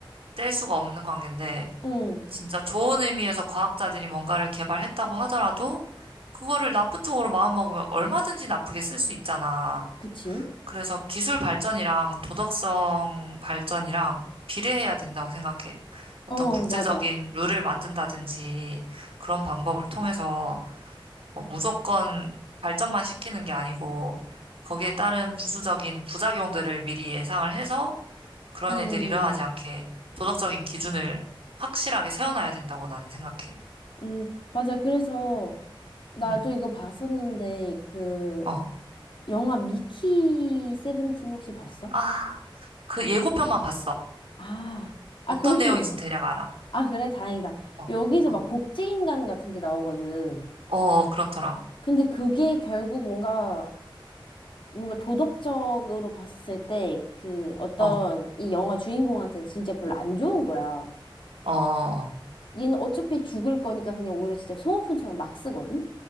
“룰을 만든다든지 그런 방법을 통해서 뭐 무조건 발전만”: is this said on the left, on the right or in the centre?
Right